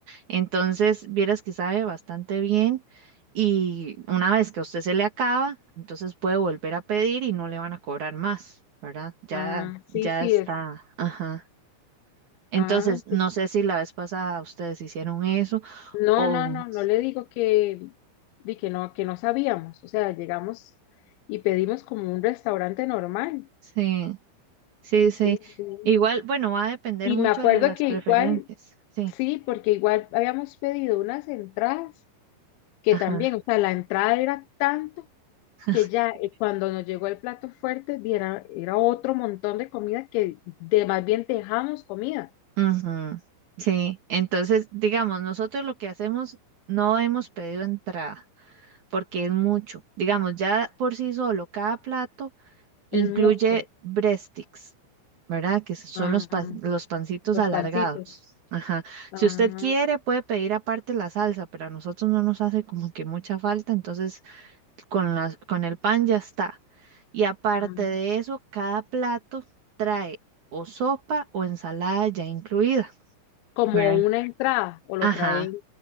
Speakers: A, on the right; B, on the left.
A: entonces vieras que sabe bastante bien y una vez que a usted se le acaba, entonces puede volver a pedir y no le van a cobrar más, ¿verdad? Ya,
B: Ah, sí,
A: ya
B: sí,
A: está.
B: es.
A: Ajá. Entonces,
B: Ah,
A: no
B: qué-
A: sé si la vez pasada ustedes hicieron eso
B: No,
A: o
B: no, no, no le digo que, di que no, que no sabíamos. O sea, llegamos y pedimos como un restaurante normal,
A: sí, sí, sí.
B: sí, sí.
A: Igual, bueno, va a depender
B: Y
A: mucho
B: me acuerdo
A: de las
B: que
A: preferencias.
B: igual,
A: Sí,
B: sí, porque igual habíamos pedido unas entradas que
A: ajá.
B: también, o sea, la entrada era tanto
A: <laughs>
B: que ya eh, cuando nos llegó el plato fuerte, di, era, era otro montón de comida que de más bien dejamos comida.
A: Ujú, Sí, entonces, digamos, nosotros lo que hacemos no hemos pedido entrada porque es mucho. Digamos, ya por sí solo, cada plato.
B: Es
A: Incluye
B: mucho.
A: breadsticks, ¿verdad? Que son
B: Ah,
A: los, pa- los pancitos
B: los
A: alargados.
B: pancitos.
A: Ajá. Si
B: Ah,
A: usted quiere, puede pedir aparte la salsa, pero a nosotros no nos hace como que mucha falta, entonces con las, con el pan ya está. Y aparte
B: ah.
A: de eso, cada plato trae o sopa o ensalada ya incluida,
B: como
A: ¿verdad?
B: una entrada o lo
A: Ajá,
B: traen.